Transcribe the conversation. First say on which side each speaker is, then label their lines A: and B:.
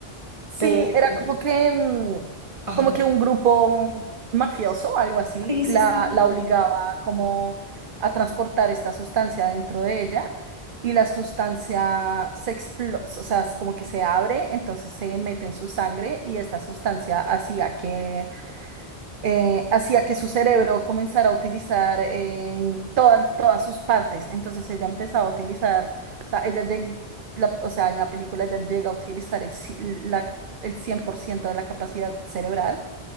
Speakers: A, on the right; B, on the right.
A: Sí,
B: pero...
A: era como que, mm,
B: Ajá.
A: como que un grupo mafioso, algo así,
B: Sí,
A: la,
B: sí, sí.
A: la obligaba como a transportar esta sustancia dentro de ella y la sustancia se explota, o sea, es como que se abre, entonces se mete en su sangre y esta sustancia hacía que eh, hacía que su cerebro comenzara a utilizar em, todas, todas sus partes. Entonces ella empezaba a utilizar, o sea, ella lleg- la- o sea, en la película ella llega a utilizar el, ci- la, el 100% de la capacidad cerebral